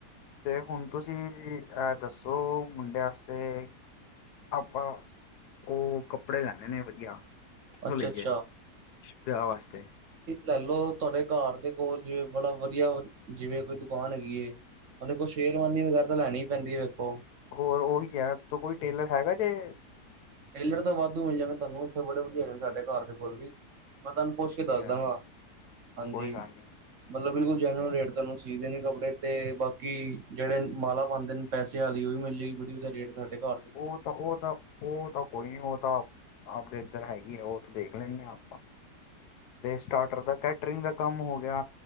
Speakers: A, on the left (about 80°); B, on the right (about 60°).
A: ਤੇ ਹੁਣ ਤੁਸੀਂ ਐ ਦੱਸੋ ਮੁੰਡੇ ਵਾਸਤੇ। ਆਪਾ, ਓ ਕੱਪੜੇ ਲੈਣੇ ਨੇ ਵਧੀਆ। ਕਿੱਥੋਂ
B: ਅੱਛਾ
A: ਲਈਏ,
B: ਅੱਛਾ
A: ਵਿਆ ਵਾਸਤੇ।
B: ਲੈਲੋ ਤੁਆਡੇ ਕਾਰ ਦੇ ਕੋਲ ਜਿਵੇਂ ਬੜਾ ਵਧੀਆ, ਜਿਵੇਂ ਕੋਈ ਦੁਕਾਨ ਹੈਗੀ ਐ। ਉਹਨਾ ਕੋਲ ਸ਼ੇਰਵਾਨੀ ਵਗੈਰਾ ਤਾਂ ਲੈਣੀਈ ਪੈਂਦੀ ਐ ਵੇਖੋ।
A: ਹੋਰ ਓਹੀ ਐ ਤ ਕੋਈ ਟੇਲਰ ਹੈਗਾ ਜੇ
B: ਟੇਲਰ ਤਾਂ ਵਾਧੂ ਮਿਲ ਜਾਣੇ ਓਥੇ ਬੜੇ ਵਧੀਆ ਹੈਗੇ ਸਾਡੇ ਕਾਰ ਦੇ ਕੋਲ ਵੀ। ਮੈਂ ਤਾਨੂੰ ਪੁੱਛ
A: ਅੱਛਾ
B: ਕੇ ਦੱਸ ਦਾਂਗਾ, ਹਾਂਜੀ।
A: ਕੋਈ ਗੱਲ ਨਹੀਂ
B: ਮਤਲਬ ਬਿਲਕੁਲ ਜੈਨੂਨ ਰੇਟ ਤੈਨੂੰ ਸੀਦੇ ਨੇ ਕੱਪੜੇ ਤੇ ਬਾਕੀ, ਜਿਹੜੇ ਮਾਲਾ ਪਾਂਦੇ ਨਨ - ਪੈਸ ਆਲੀ ਉਹ ਵੀ ਮਿਲੇ ਗੀ ਬੱਟ ਉਦਾ ਰੇਟ ਘੱਟ ਕਰ।
A: ਉਹ ਤਾਂ, ਉਹ ਤਾਂ, ਉਹ ਤਾਂ, ਕੋਈ ਨਹੀਂ ਉਹ ਤਾਂ ਆਪਦੇ ਇੱਧਰ ਹੈਗੀ ਆ ਉਹ ਤਾਂ ਦੇਖ ਲੈਂਦੇ ਆ। ਤੇ ਸਟਾਰਟਰ ਦਾ ਕੈਟਰਿੰਗ ਦਾ ਕੰਮ ਹੋ ਗਿਆ,